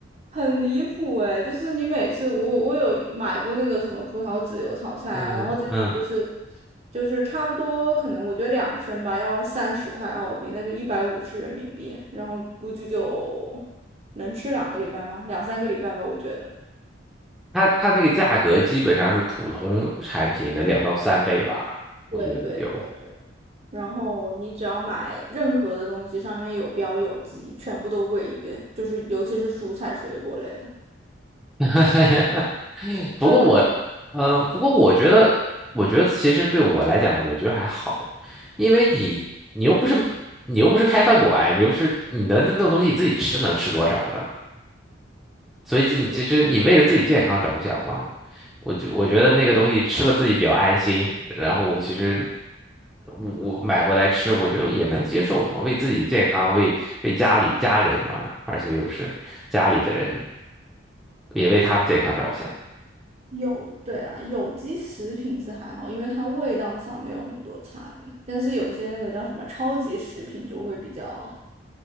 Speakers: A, on the right; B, in the centre.
A: 很离谱哎、就是你每次我我有买过那个什么葡萄籽油炒菜啊，
B: <laughs>。嗯嗯，
A: 然后这个就是就是差不多，可能我觉得两升吧，要三十块澳币，那就一百五十人民币，然后估计就能吃两个礼拜吗？两三个礼拜吧，我觉得。
B: 它它那个价格基本上是普通产品的两到三倍吧，我觉得有。
A: 对对对对，然后你只要买任何的东西，上面有标有机，全部都贵一遍，就是尤其是蔬菜水果类的，
B: <laughs> 哈哈，不过我，
A: 真的呀。
B: 嗯、不过我觉得，我觉得其实对我来讲，我觉得还好，因为你，你又不是，你又不是开饭馆，你又不是，你能那弄东西你自己吃能吃多少呢？所以你其实你为了自己健康着想嘛，
A: 是。
B: 我觉我觉得那个东西吃了自己比较安心，然后其实我我买回来吃，我觉得也能接受嘛，为自己的健康，为为家里家人嘛，而且又是家里的人，也为他们健康着想。
A: 有，对啦，有机食品是还好，因为它味道上没有很多差别，但是有一些那个叫什么超级食品就会比较，